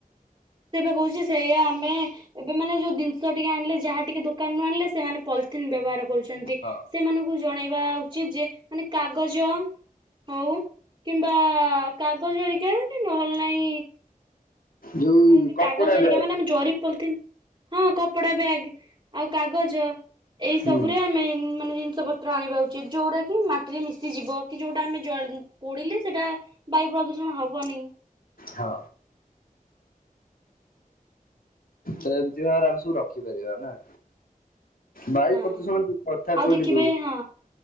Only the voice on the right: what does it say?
ସେବା କହୁଚି ସେଇୟା ଆମେ ଏବେ ମାନ ଯୋଉ ଜିନିଷ ଟିକେ ଆଣିଲେ ଯାହା ଟିକେ ଦୋକାନରୁୁ ଆଣିଲେ ସେମାନେ ପଲ୍ ଥିନ୍ ବ୍ୟବହାର କରୁଚନ୍ତି
ସେମାନଙ୍କୁ ଜଣେଇବା ଉଚିତଯେ ମାନେ କାଗଜ ହଉ କିମ୍ବା କାଗଜ ଅରିକାରେ ନହେଲେ ନାହିଁ
ହଁ ଯଦି
କାଗଜ ଏରିକା
ମାନେ ଆମେ ଜରି ପଲଥିନ୍ ହଁ କପଡ଼ା ବ୍ୟାଗ ଆଉ କାଗଜ ଏଇ ସବୁରେ
ଆମେ ମାନେ ଜିନିଷ ପତ୍ର ପତ୍ର ଆଣିବା ଉଚିତ୍ ଯେଉଁରାକି ମାଟିରେ ମିଶିଯିବ କି ଯେଉଁଟା ଆମେ ଜଳି ପୋଡ଼ିଲେ ସେଇଟା ବାୟୁ ପ୍ରଦୂଷଣ ହବନି।
ହଁ
ଆଉ
ଦେଖିବେ
ହଁ